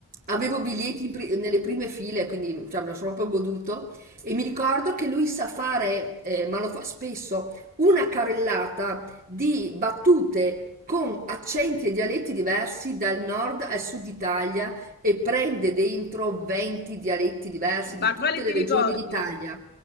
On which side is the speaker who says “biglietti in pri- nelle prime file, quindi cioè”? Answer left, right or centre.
Right